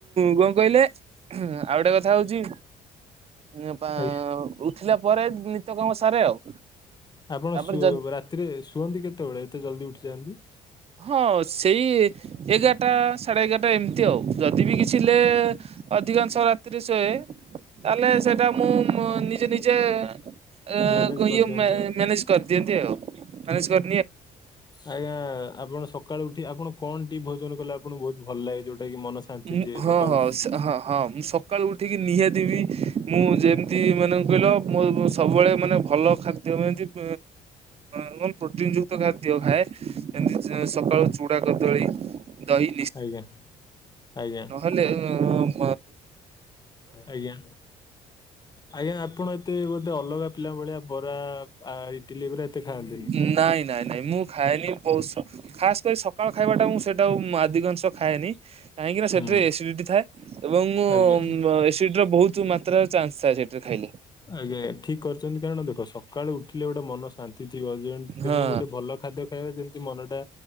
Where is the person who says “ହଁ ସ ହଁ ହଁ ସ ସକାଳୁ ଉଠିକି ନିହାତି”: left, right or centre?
Right